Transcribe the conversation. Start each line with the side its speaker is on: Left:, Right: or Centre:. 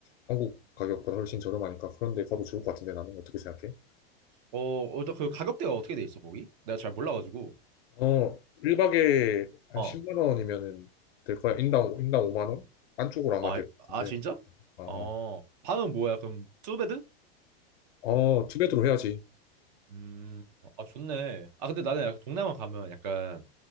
Left: 한국 가격보다 훨씬 저렴하니까 그런 데 가도 좋을 것 같은데 나는 어떻게 생각해?
Right: 어, 일단 그 가격대가 어떻게 돼 있어, 거기? 내가 잘 몰라가지고.
Left: 어, 1박에 한
Right: 어.
Left: 10만 원이면은 될 거야? 인당, 인당 5만 원? 안쪽으로 아마
Right: 아,
Left: 될 것
Right: 아,
Left: 같은데.
Right: 진짜?
Left: 아,
Right: 어.
Left: 아.
Right: 방은 뭐야? 그럼 투베드?
Left: 어, 어, 투베드로 해야지.
Right: 음. 아, 좋네. 아, 근데 나는 약간 동남아 가면 약간